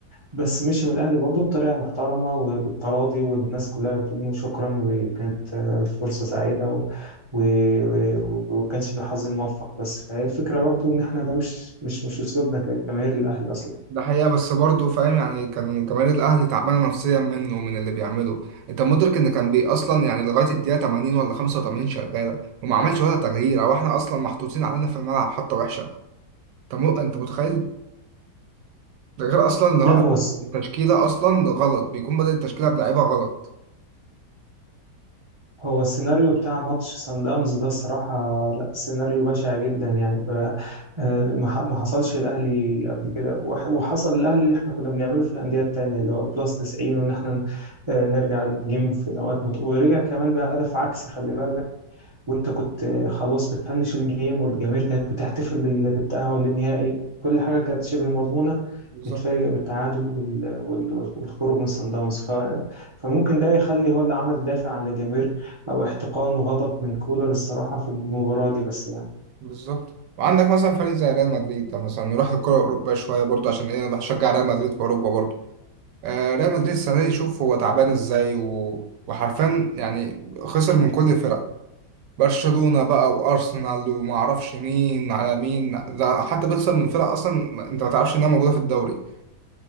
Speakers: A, on the right (about 35°); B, on the right (about 80°).
A: بس مشي من الأهلي برضه بطريقة محترمة وبالتراضي والناس كلها بتقول له شكرا وكانت آه، فرصة سعيدة و... و... و... وكانش في حظ موفق بس فهي الفكرة برضه إن إحنا ده مش مش مش أسلوبنا كجماهير الأهلي أصلا
B: ده حقيقة بس برضه فاهم يعني كان جماهير الأهلي تعبانة نفسيا منه ومن اللي بيعمله، أنت مدرك إن كان بي أصلا يعني لغاية الدقيقة 80 ولا 85 شغالة وما عملش ولا تغيير أو إحنا أصلا محطوطين علينا في الملعب حتى وحشة، أنت م- أنت متخيل ده غير اصلا ان هو
A: لا
B: بيكون
A: هو
B: التشكيله اصلا غلط بيكون بدأ التشكيله بلعيبه غلط
A: هو السيناريو بتاع ماتش سان داونز ده الصراحة لا سيناريو بشع جدا يعني آه، آه، ما ح- ما حصلش الأهلي قبل كده وح- وحصل الأهلي اللي احنا كنا بنعمله في الأندية التانية اللي هو بلس 90 وإن احنا آه، نرجع الجيم في الأوقات مت... ورجع كمان بهدف عكسي خلي بالك وأنت كنت آه، خلاص بتفنش الجيم والجماهير كانت بتحتفل بال- بالتأهل للنهائي كل حاجة كانت شبه مضمونة
B: بالظبط
A: يتفاجئ بالتعادل وال- وال- وال- والخروج من صن داونز ف... فممكن ده يخلي هو اللي عمل دافع عند الجماهير او احتقان وغضب من كولر الصراحه في المباراه دي بس يعني
B: بالظبط وعندك مثلا فريق زي ريال مدريد ده مثلا نروح للكرة الأوروبية شوية برضه عشان إيه أنا بشجع ريال مدريد في أوروبا برضه آه ريال مدريد السنة دي شوف هو تعبان إزاي و... وحرفيا يعني خسر من كل الفرق برشلونة بقى وأرسنال ومعرفش مين على مين ده حتى بيخسر من فرق أصلا ما- أنت ما تعرفش إنها موجودة في الدوري